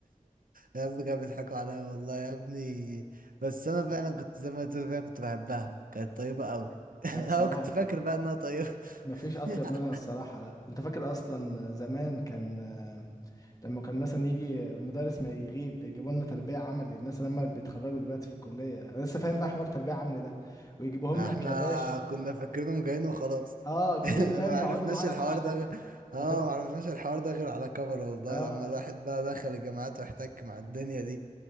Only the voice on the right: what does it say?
يا ابني كانوا بيضحكوا عليا والله يا ابني بس انا فعلا كنت زي ما تقول فعلا كنت بحبها كانت طيبة قوي <laughs> انا
كنت فاكر بقى انها طيبة
<laughs>
احنا
كنا فاكرينهم جايين وخلاص
<laughs>
انا
ما
عرفناش
الحوار
ده
غير اه
ما عرفناش الحوار ده غير على كبر والله
لما الواحد بقى دخل الجامعات واحتك مع الدنيا دي